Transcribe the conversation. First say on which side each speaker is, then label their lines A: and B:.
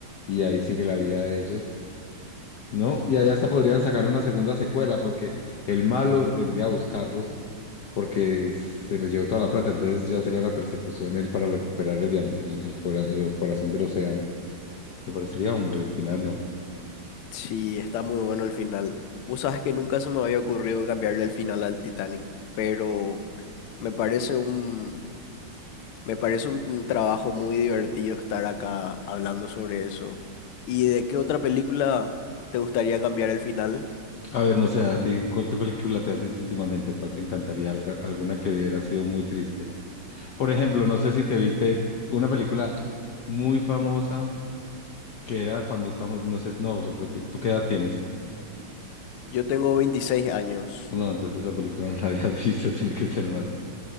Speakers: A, on the left (about 65°); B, on the left (about 80°).
A: y ahí sigue la vida de ellos, ¿no? Y ahí hasta podrían sacar una segunda secuela porque el malo vendría a buscarlos porque se les llevó toda la plata, entonces ya sería una persecución él para recuperar el, diam- el, el cora- el corazón del océano. Me parecería un buen final, ¿no?
B: Sí, está muy bueno el final. Vos sabes que nunca se me había ocurrido cambiarle el final al Titanic, pero me parece un, Me parece un un trabajo muy divertido estar acá hablando sobre eso. ¿Y de qué otra película te gustaría cambiar el final?
A: A ver, no sé, a ti, ¿cuál qué película te has visto últimamente? ¿Cuál te encantaría? Alga- Alguna que hubiera sido muy triste. Por ejemplo, no sé si te viste una película muy famosa que era cuando estamos, no sé, no, yo creo que tú qué edad tienes.
B: Yo tengo 26 años.
A: No, entonces esa película <laughs> no la habías visto, <laughs> tiene que ser más,